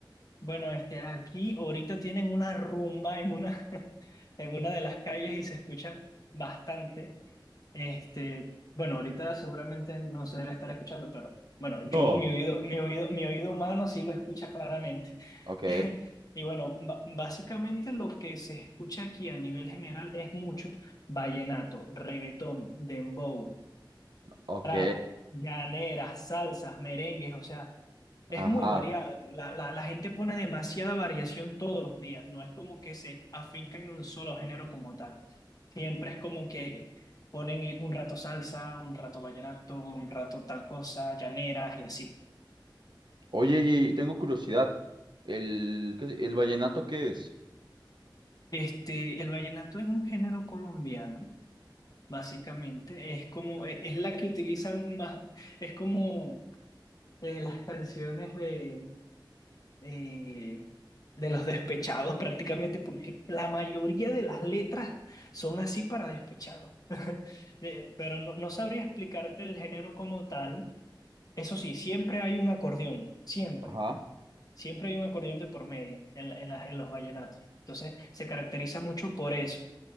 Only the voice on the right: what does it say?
No,
Ok,
ok,
ajá.
Oye, y tengo curiosidad. ¿El, qué- el vallenato qué es?
Ajá.